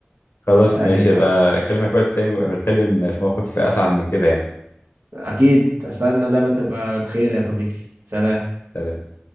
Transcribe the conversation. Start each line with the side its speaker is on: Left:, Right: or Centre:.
Left: خلاص
Right: يعني
Left: ماشي يبقى
Right: آه،
Left: اكلمك وقت تاني ونتكلم في موقف اسعد من كده يعني
Right: اكيد استنى دايما تبقى بخير يا صديقي سلام
Left: سلام